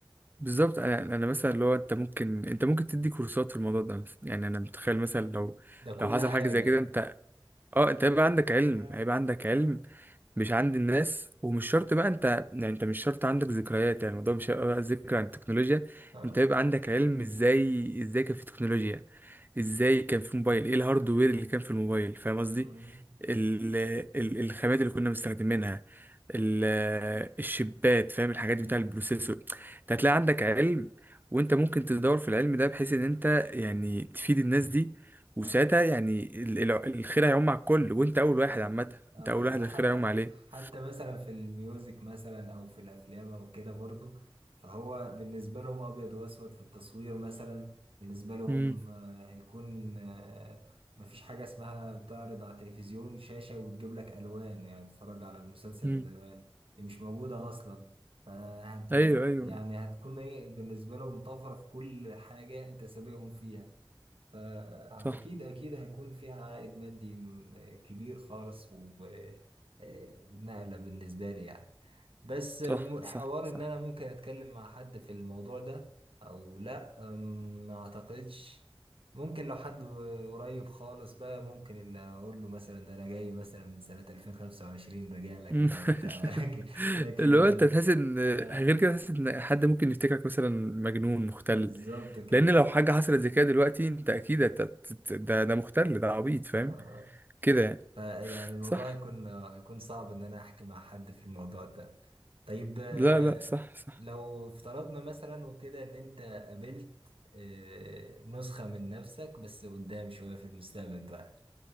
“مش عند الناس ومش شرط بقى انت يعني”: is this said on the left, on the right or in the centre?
Right